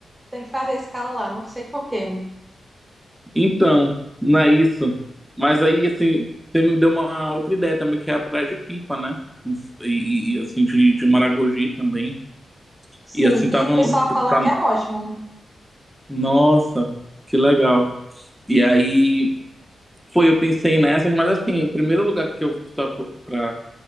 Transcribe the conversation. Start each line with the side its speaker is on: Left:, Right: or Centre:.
Right: tem que fazer a escala lá, não sei por quê.
Centre: Então, não é isso. Mas aí, assim, você me deu uma outra ideia também, que é a praia de Pipa, né? E, e, assim, de, de Maragogi também.
Right: Sim,
Centre: E assim,
Right: que
Centre: estavam.
Right: o pessoal fala
Centre: Tá...
Right: que é ótimo.
Centre: Nossa, que legal. E aí, foi, eu pensei nessas, mas assim, o primeiro lugar que eu. Só pra,